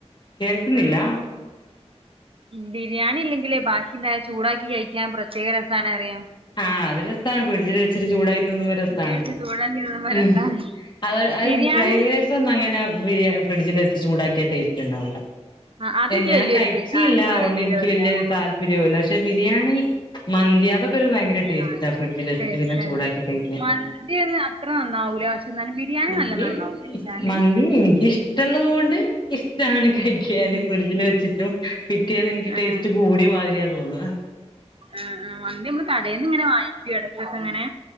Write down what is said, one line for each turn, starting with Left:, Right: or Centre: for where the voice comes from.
Left: കേൾക്കുന്നില്ല
Right: ബിരിയാണില്ലങ്കിലേ ബാക്കിണ്ടായ ചൂടാക്കി കയിക്കാൻ പ്രത്യേക രസാണറിയാ.
Left: ആഹ് അത് രസാ ഫ്രഡ്ജിൽ വെച്ചിട്ട് ചൂടായിതിന്നുമ്പോ രസാണ്.
Right: പ്രത്യേകിച്ച് ചൂടാക്കി തിന്നുമ്പോ
Left: മ്
Right: രസാണ്
Left: അത് അത്
Right: ബിരിയാണി
Left: ഫ്രൈഡ്രൈ. സൊന്നും അങ്ങനെബിരി ഫ്രഡ്ജിൽ വെച്ച് ചൂടാക്ക്യാ ടേസ്റ്റ് ഉണ്ടാവൂല്ല.
Right: ആഹ് അതൊക്കെ
Left: ഞാൻ
Right: വല്യൊരു
Left: കയിച്ചില്യ
Right: പി ആ,
Left: അതൊണ്ട്
Right: അറിയൂല
Left: എനിക്ക്
Right: വല്ലാതെ
Left: വല്യ താല്പര്യൂല്ല പക്ഷെ ബിരിയാണി. മന്തി അതൊക്കൊരു ഭയങ്കര ടേസ്റ്റാ
Right: ആഹ്
Left: ഫ്രഡജിൽവെച്ച്
Right: ടേസ്റ്റാണ്
Left: പിന്നെ ചൂടാക്കി കയിക്കാൻ
Right: മന്തിയൊന്നും അത്ര നന്നാവൂല പക്ഷെ എന്നാലും ബിരിയാണി
Left: മന്തി
Right: നല്ല നന്നാവും വെച്ചാല്
Left: മന്തി എനിക്കിഷ്ടള്ളത്കൊണ്ട് ഇക്ക്‌ ഇഷ്ടാണ് കഴിക്കാന്
Right: ഉം
Left: ഫ്രഡ്ജിൽ വെച്ചിട്ടും പിറ്റ്യേന്ന് എനിക്ക്
Right: ആഹ്
Left: ടേസ്റ്റ് കൂടിയമാതിരിയാ തോന്ന.
Right: ആഹ് ആഹ് മന്തി നമ്മള് കടേന്ന്ങ്ങനെ. ടക്കൊക്കെങ്ങനെ